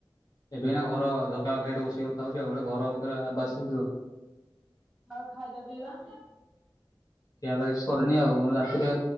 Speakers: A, on the left; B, in the centre.
A: ଏବେ ଏଇନା ଘର ଝରକା ପାଖରେ ବସିକି କଥା ହଉଛି ଆଉ ଘର ଭିତରେ ଆବାଜ ଶୁଭୁଚି ତ।
B: ଆଉ ଖାଇବା ପିଇବା?
A: ଖିଆପିଆ କିଛି ସରିନି ଆଉ ରାତିରେ